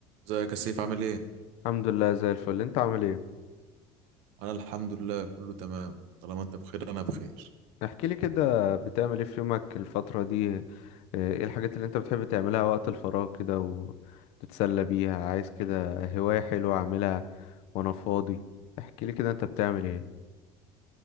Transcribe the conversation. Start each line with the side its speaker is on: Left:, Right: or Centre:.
Right: ازيك يا سيف عامل ايه؟
Left: الحمد لله زي الفل انت عامل ايه
Right: انا الحمد لله كله تمام طالما انت بخير انا بخير
Left: احكي لي كده بتعمل ايه في يومك الفترة دي اه، ايه الحاجات اللي انت بتحب تعملها وقت الفراغ كده وتتسلى بيها عايز كده هواية حلوة اعملها وانا فاضي احكي لي كده انت بتعمل ايه